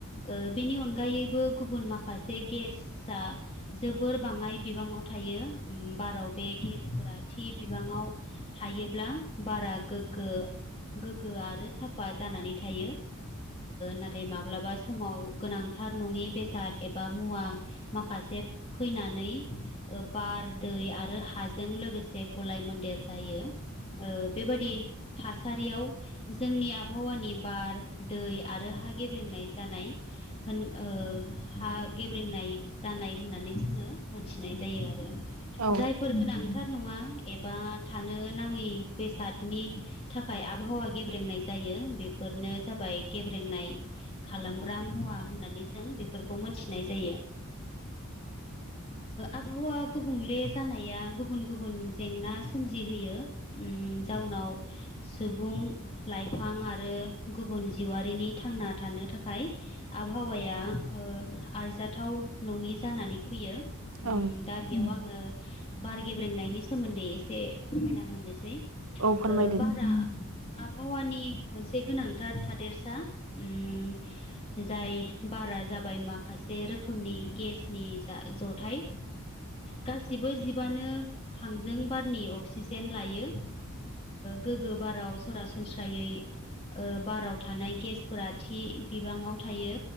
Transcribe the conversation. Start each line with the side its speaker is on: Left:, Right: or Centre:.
Left: ओ बेनि अनगायैबो गुबुन माखासे गेस आ जोबोर बाङाय बिबाङाव थायो। उम बाराव बे गेसफोरा थि बिबाङाव थायो। ब्ला बारा गोग्गो गोग्गो आरो साफा जानानै थायो नाथाय माब्लाबा समाव गोनांथार थार नङि बेसाद एबा मुवा माखासे फैनानै ओ बार दै दै आरो हाजों लोगोसे गलाय मोन्देर जायो। ओ बेबादि थासारियाव जोंनि आबहावानि बार दै आरो हा गेब्रेंनाय जानाय होन ओ हा गेब्रेंनाय जानाय होननानै जोङो मोनथिनाय जायो आरो
Right: औ
Left: जायफोर गोनांथार नङा एबा थानो नाङि बेसादनि थाखाय आबहावा गेब्रेंनाय जायो बेफोरनो जाबाय गेब्रेंनाय खालामग्रा मुवा होननानै जों बेफोरखौ मोनथिनाय जायो। आबहावा गुबुंले जानाया गुबुन गुबुन जेंना सोमजिहोयो उम जाउनाव सुबुं लाइफां आरो गुबुन जिउआरिनि थां थांना थानो थाखाय आबहावाया ओ आरजाद थाव नङि जानानै फैयो।
Right: औ
Left: उम दा बेयाव आङो बार गेब्रेंनायनि सोमोनदै दे एसे फोरमायना होनोसै ओ
Right: औ फोरमायदो
Left: बारा आबहावानि मोनसे गोनांथार थादेरसा उम जाय बारा जाबाय माखासे रोखोमनि गेस नि जा जथाय गासिबो जिबानो हांजों बारनि अक्सिजे जेन लायो गोग्गो बाराव सरासनस्रायै बाराव थानाय गेसफोरा थि बिबाङाव थायो।